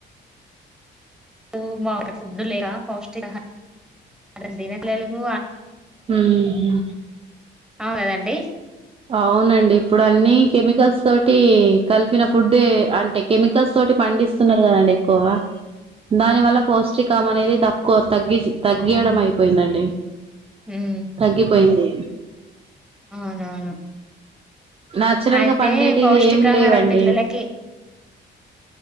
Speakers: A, in the centre; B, on the right.
A: నుమ ఫుడ్ లేక పౌష్టికాహా దాని దినటేలుగు
B: ఉహు
A: అవును అది అండి
B: అవునండి ఇప్పుడు అన్ని కెమికల్స్ తోటి కలిపిన ఫుడే అంటే కెమికల్స్ తోటి పండిస్తున్నారు గదండి ఎక్కువగా దాని వల్ల పౌష్టికం అనేది తక్కువ తగ్గిస్ తగ్గియడం
A: ఉమ్
B: అయిపోయిందండి
A: ఉమ్
B: తగ్గిపోయింది
A: అవునవును
B: నాచురల్
A: అయితే
B: గా పండేటివి
A: పౌష్టికాహారం
B: ఏం లేవండి
A: పిల్లలకి